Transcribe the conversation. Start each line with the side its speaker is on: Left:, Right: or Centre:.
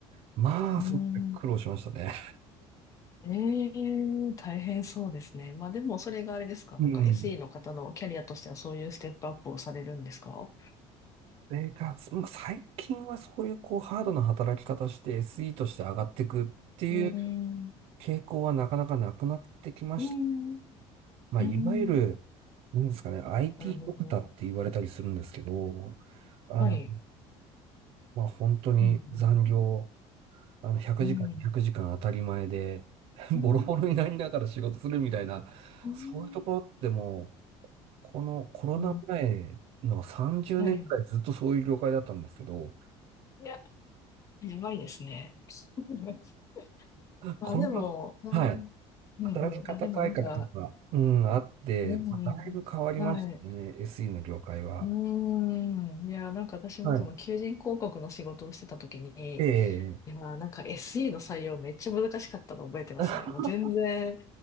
Right: まあ、
Left: うん。
Right: すごく苦労しましたね。
Left: ええ大変そうですね。まあでもそれがあれですかなんか
Right: うん。
Left: SE の方のキャリアとしてはそういうステップアップをされるんですか
Right: それが、まあ最近はそういうこうハードな働き方して SE として上がっていくっていう
Left: うん。
Right: 傾向はなかなかなくなってきました。
Left: うん。
Right: まあ、
Left: うん。
Right: いわゆる、なんですかね、IT
Left: なるほど。
Right: ド方って言われたりするんですけど、あの、
Left: はい。
Right: まあ、本当に残業
Left: うん。
Right: あの、100時間、
Left: うん。
Right: 200時間当たり前で、<laughs>
Left: うん。
Right: ボロボロになりながら仕事するみたいな、
Left: うん。う
Right: そういうところってもう、
Left: ん
Right: このコロナ前の30年くらいずっとそういう業界だったんですけど、
Left: ああはい。
Right: <laughs>
Left: いや、やばいですね。<laughs> まあでも、
Right: こん
Left: なん、
Right: な、はい、
Left: うんうん。
Right: 働き方改革とか、
Left: あ、でもなんか、
Right: うん、あって、
Left: うんうん。
Right: まあだいぶ変わりましたね、
Left: はい。
Right: SE の業界は。
Left: うーん。いや、なんか私もその求人広告の仕事をしてた時に、
Right: はい。ええ、
Left: いや、なんか SE の採用めっちゃ難しかったの覚えてますね。
Right: <laughs>
Left: もう全然、